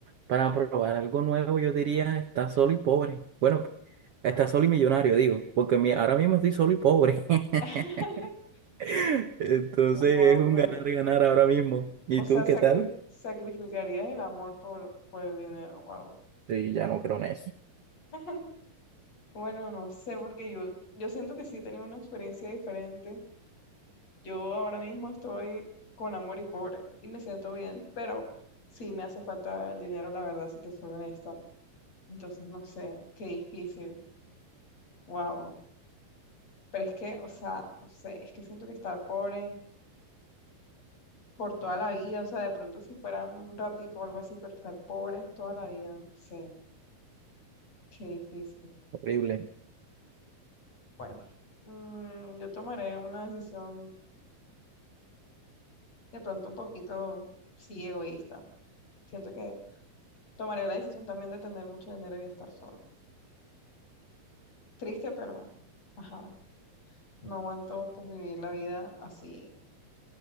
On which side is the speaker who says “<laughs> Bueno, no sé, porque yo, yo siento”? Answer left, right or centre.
Left